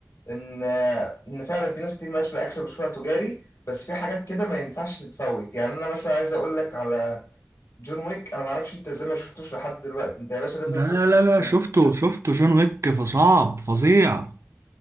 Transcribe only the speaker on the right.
لا
لا لا
شفته شفته جون ويك فصعب فظيع